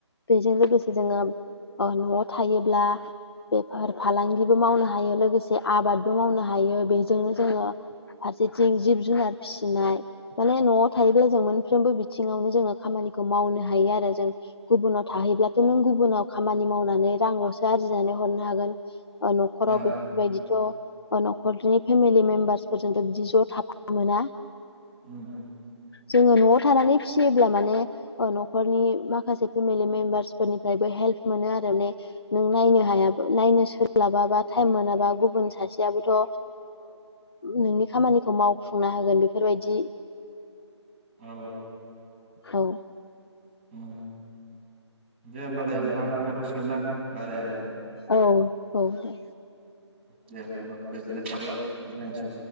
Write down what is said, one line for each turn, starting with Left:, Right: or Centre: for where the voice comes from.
Left: बेजों लोगोसे जोङो न'आव थायोब्ला बेफार फालांगिबो मावनो हायो लोगोसे आबादबो मावनो हायो बेजोंनो जोङो फारसेथिं जिब जुनार फिसिनाय माने न'आव थायोब्ला जों मोनफ्रोमबो बिथिङावनो जोङो खामानि खौ मावनो हायो आरो जों गुबुनाव थाहैब्लाथ' नों गुबुनाव खामानि मावनानै रांल'सो आरजिनानै हरनो हागोन न'खराव
Right: ओं
Left: बेफोरबायदिथ' न'खरनि फेमिलि मेम्बारस फोरजोंथ' बिदि ज' थाफानो मोना!
Right: उम।
Left: जोङो न'आव थानानै फिसियोब्ला माने न'खरनि माखासे पेमि लि मेमबारसफोरनिफ्रायबो हेल्प मोनो आरो ने नों नायनो हाया नायनो सोलाबाबाथाय। मोनाबा गुबुन सासेयाबोथ' नोंनि खामानिखौ मावफुंना होगोन बेफोरबायदि। जि।
Right: औ।
Left: औ।
Right: उम दे होनोमबालाय नोंथां जाथ'सिगोन ना रायला
Left: औ औ दे!
Right: दे होनोमबालाय गोजोननाय थाबाय नोंथांनिसिम।